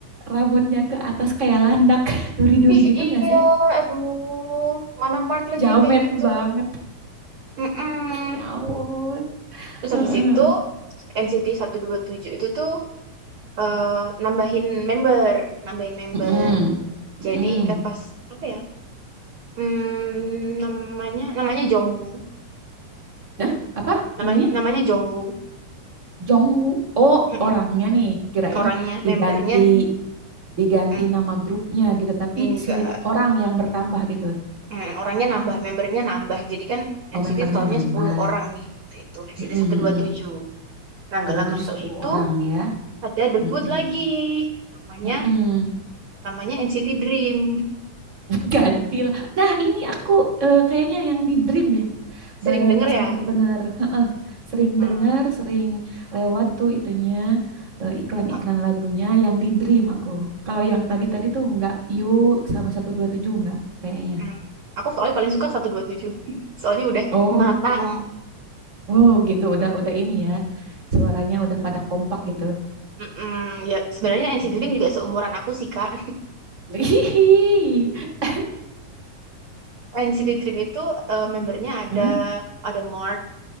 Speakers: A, on the right; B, on the right.
A: Rambutnya ke atas kayak landak, <laughs> duri-duri
B: Ih,
A: gitu
B: iya,
A: enggak sih?
B: aduh. Mana Mark lagi
A: Jamet
B: yang kayak gitu?
A: banget.
B: Mm-mm.
A: Ya ampun. <laughs>
B: Terus
A: Mm,
B: habis itu, NCT tujuh itu tuh eh, nambahin member. Nambahin member.
A: mm, mm,
B: Jadi,
A: mm.
B: eh, pas, apa ya? Hmm, namanya, namanya Jongwoo.
A: Nah, apa
B: Namanya,
A: namanya?
B: namanya Jongwoo.
A: Jongwoo. Oh,
B: Mm,
A: orangnya nih. Kirain
B: Orangnya,
A: diganti
B: membernya.
A: diganti
B: Mm,
A: nama grupnya gitu tapi
B: enggak.
A: si orang yang bertambah gitu
B: Hmm, orangnya nambah, membernya nambah. Jadi kan
A: oh
B: NCT
A: membernya
B: totalnya
A: nambah
B: 10 orang nih. waktu Itu NCT
A: Mm-mm,
B: 127.
A: mm-mm.
B: Nah,
A: Satu,
B: gak
A: dua
B: lama
A: tujuh
B: setelah
A: sepuluh
B: itu
A: orang nih ya
B: ada debut
A: Mm-mm,
B: lagi. Namanya
A: mm-mm.
B: namanya NCT Dream.
A: <laughs> ganti lah nah ini aku eh, kayaknya yang di dream deh
B: <laughs> Sering
A: Be-
B: denger
A: pas
B: ya?
A: bener-bener heeh, sering
B: Hmm,
A: denger sering lewat tuh itunya eh, iklan-iklan
B: aku
A: lagunya yang di dream aku kalau yang tadi-tadi tuh enggak you sama satu dua tujuh enggak kayaknya
B: hmm. Aku soalnya paling suka 127. <laughs> Soalnya udah
A: Oh,
B: matang.
A: Oh gitu, udah udah ini ya. Suaranya udah pada kompak gitu.
B: Mm-mm, ya sebenarnya NCT
A: Hmm.
B: Dream juga seumuran aku sih, Kak.
A: <laughs>
B: <laughs> NCT Dream itu eh, membernya ada
A: Hah?
B: ada Mark,